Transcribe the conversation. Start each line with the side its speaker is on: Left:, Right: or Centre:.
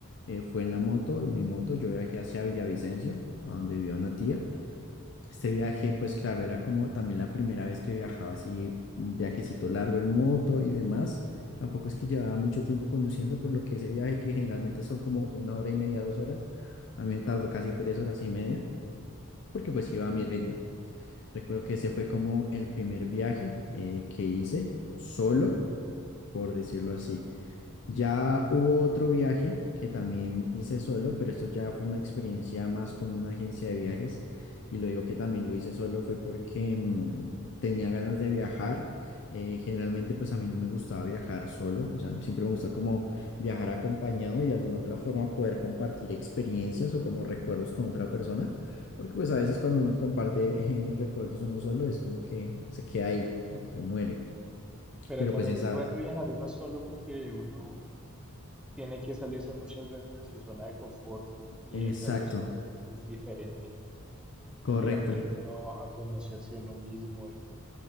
Left: eh, fue en la moto, en mi moto. Yo viajé hacia Villavicencio, a donde vivía una tía. Este viaje, pues claro, era como también la primera vez que viajaba así, un viajecito largo en moto y demás. Tampoco es que llevaba mucho tiempo conduciendo, por lo que ese viaje, que generalmente son como una hora y media, dos horas, a mí me tardó casi tres horas y media, porque pues iba a mi ritmo. Recuerdo que ese fue como el primer viaje eh, que hice solo, por decirlo así. Ya hubo otro viaje que también hice solo, pero esto ya fue una experiencia más con una agencia de viajes. Y lo digo que también lo hice solo fue porque mm, tenía ganas de viajar. Eh, generalmente pues a mí no me gustaba viajar solo, o sea, siempre me gusta como viajar acompañado y de alguna otra forma poder compartir experiencias o como recuerdos con otra persona, porque pues a veces cuando uno comparte eh, recuerdos uno solo es como que se queda ahí, como que muere,
Centre: Pero
Left: pero
Centre: también
Left: pues ya sabes.
Centre: es bueno viajar uno solo porque uno tiene que salirse muchas veces de su zona de confort y
Left: Exacto.
Centre: hacerlo solo es, es diferente
Left: Correcto,
Centre: y aprende uno a conocerse uno mismo y